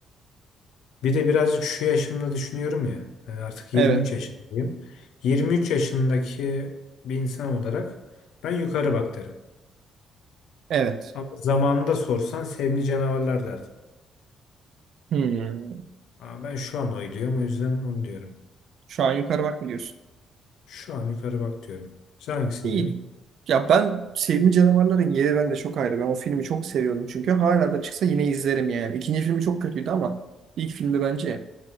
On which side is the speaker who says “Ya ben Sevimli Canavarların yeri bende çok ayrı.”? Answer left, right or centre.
Right